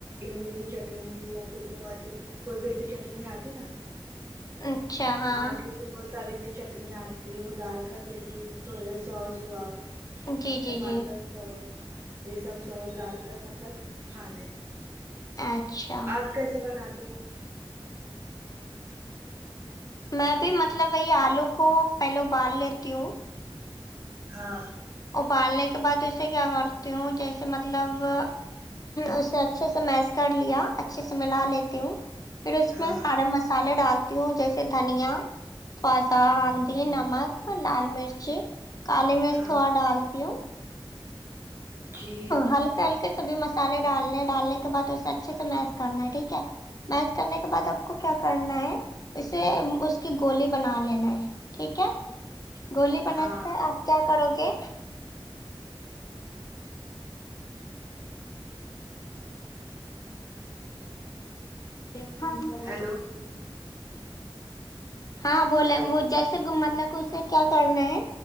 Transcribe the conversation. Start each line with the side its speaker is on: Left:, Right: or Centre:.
Right: املی کی چٹنی لکڑو اور کوئی بھی ایسی چٹنی آتی نا
Left: اچھا ہاں
Right: مارکیٹ بہت ساری چٹنیں آتی وہ ڈال کر جیسی سوس ہوا
Left: جی جی
Right: ٹماٹر
Left: جی
Right: سوس یہ سب سوس ڈال کر مطلب کھانا ہے
Left: اچھا
Right: آپ کیسے بنا تے ہو
Left: میں بھی مطلب وہی آلو کو پہلے ابال لیتی ہوں
Right: ہاں
Left: ابالنے کے بعد ویسے کیا کرتی ہوں جیسے مطلب اسے اچھے سے میس کر لیا اچھے سے ملا لیتی ہوں پھر اس
Right: ہاں
Left: میں سارے مسالے ڈالتی ہوں جیسے دھنیا تھوڑا سا ہلدی نمک لال مرچ کالی مرچ
Right: ہاں
Left: تھوڑا ڈالتی ہوں
Right: جی
Left: ہلکے ہلکے سبھی مسالے ڈالنے ڈالنے کے بعد اسے اچھے سے میس کرنا ہے ٹھیک ہے میچ کرنے کے بعد آپ کو کیا کرنا ہے اسے اس کی گولی بنا لینا ہے ٹھیک ہے گولی بنا
Right: ہاں
Left: کر آپ کیا کرو گے دیکھان کرے
Right: ہیلو
Left: ہاں بولے وہ جیسے مطلب اسے کیا کرنا ہے